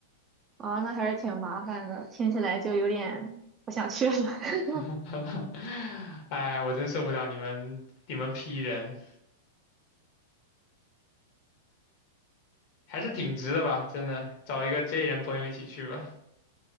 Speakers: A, on the right; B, on the left.
A: 啊、那还是挺麻烦的，听起来就有点不想去了。
B: <laughs> 哎，我真受不了你们你们 P 人，还是挺值的吧，真的，找一个 J 人朋友一起去吧。